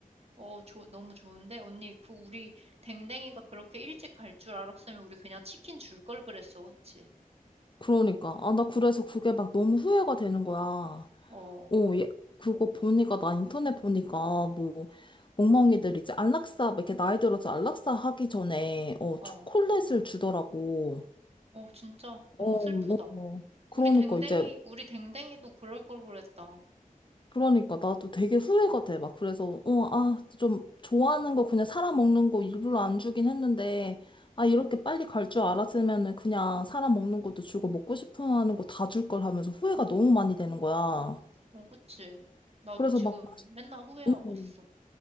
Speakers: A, on the right; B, on the left.
A: 어, 좋- 너무 좋은데? 언니, 그 우리 댕댕이가 그렇게 일찍 갈 줄 알았으면 우리 그냥 치킨 줄 걸 그랬어. 그치?
B: 그러니까. 아, 나 그래서 그게 막 너무 후회가 되는 거야.
A: 어,
B: 어, 얘, 그거 보니까, 나 인터넷 보니까, 뭐, 멍멍이들 이제 안락사, 이렇게 나이 들어서 안락사 하기 전에, 어,
A: 어,
B: 초콜릿을 주더라고.
A: 어, 진짜 너무
B: 어, 어,
A: 슬프다.
B: 어. 그러니까
A: 우리 댕댕이,
B: 이제
A: 우리 댕댕이도 그럴 걸 그랬다.
B: 그러니까 나도 되게 후회가 돼. 막 그래서 어, 아, 좀 좋아하는 거 그냥 사람 먹는 거 일부러 안 주긴 했는데 아, 이렇게 빨리 갈 줄 알았으면은 그냥 사람 먹는 것도 주고 먹고 싶어 하는 거 다 줄 걸 하면서 후회가 너무 많이 되는 거야.
A: 어, 그치? 나도
B: 그래서
A: 지금
B: 막 맛,
A: 맨날 후회하고
B: 음,
A: 있어.